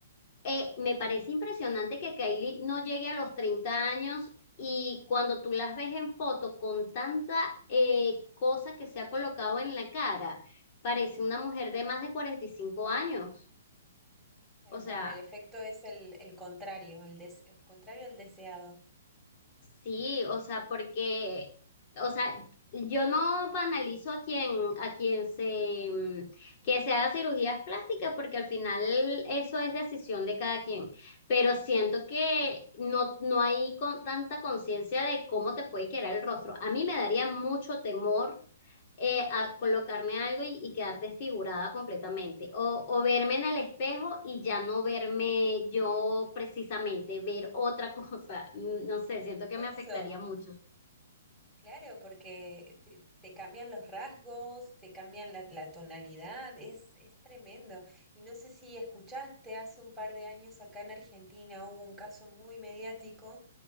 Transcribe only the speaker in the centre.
tal
cual, el efecto es el, el contrario, el, des- el contrario al deseado.
Eso,
claro, porque te, te cambian los rasgos, te cambian la, la tonalidad, es, es tremendo. Y no sé si escuchaste, hace un par de años acá en Argentina hubo un caso muy mediático